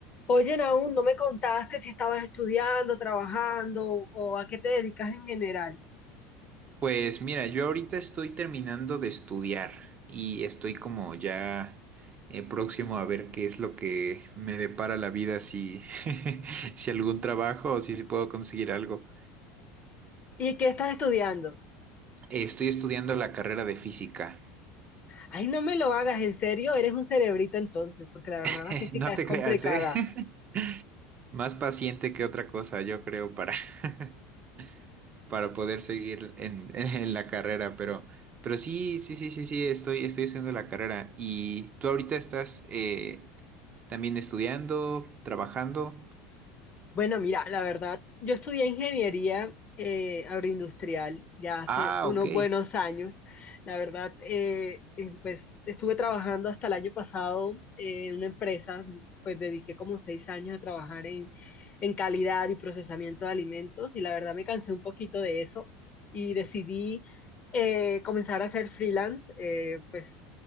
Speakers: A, on the left (about 35°); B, on the right (about 35°).
A: Oye, aún no me contaste si estabas estudiando, trabajando o a qué te dedicas en general.
B: Pues mira, yo ahorita estoy terminando de estudiar y estoy como ya eh, próximo a ver qué es lo que me depara la vida, si, <laughs> si algún trabajo o si, si puedo conseguir algo.
A: ¿Y qué estás estudiando?
B: Estoy estudiando la carrera de física.
A: Ay, no me lo hagas, en serio, eres un cerebrito entonces, porque la verdad
B: <laughs>
A: la física
B: No
A: es
B: te
A: complicada.
B: creas, ¿eh? <laughs> Más paciente que otra cosa, yo creo, para... <laughs> para poder seguir en, <laughs> en la carrera, pero, pero sí, sí, sí, sí, sí, estoy, estoy haciendo la carrera. ¿Y tú ahorita estás eh, también estudiando, trabajando?
A: Bueno, mira, la verdad, yo estudié ingeniería eh, agroindustrial ya hace
B: Ah,
A: unos
B: ok.
A: buenos años. La verdad, eh, eh, pues estuve trabajando hasta el año pasado eh, en una empresa, pues dediqué como seis años a trabajar en, en calidad y procesamiento de alimentos y la verdad me cansé un poquito de eso y decidí eh, comenzar a hacer freelance, eh, pues